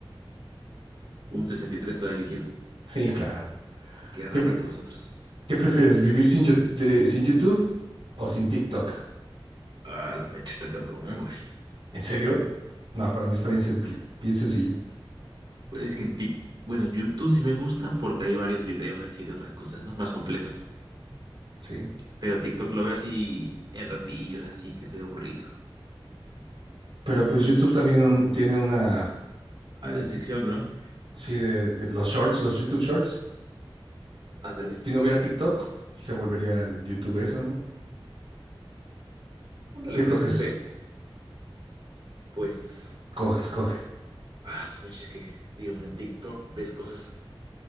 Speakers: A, on the right; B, on the right.
A: Un 63 la eligió.
B: Sí, claro.
A: Qué rarito
B: ¿Qué,
A: los otros.
B: ¿Qué prefieres, vivir sin, Yo- de- sin YouTube o sin TikTok?
A: Ah, la mecha está cabrón, güey.
B: ¿En serio? No, para mí está bien simple, bien sencilla,
A: Bueno, es que en Tik, bueno, YouTube sí me gusta porque hay varios videos así de otras cosas, ¿no? Más completos.
B: sí.
A: Pero TikTok lo veo así en ratillos, así que estoy aburrido.
B: Pero pues YouTube también un- tiene una,
A: A ver, sección, ¿no?
B: sí, de, de los shorts, los YouTube Shorts.
A: Ándale,
B: Si no hubiera TikTok, se volvería el YouTube eso, ¿no?
A: ándale,
B: ¿Qué escoges?
A: puede ser, pero pues,
B: Coges, coge.
A: ah, su mecha, es que, digamos, en TikTok ves cosas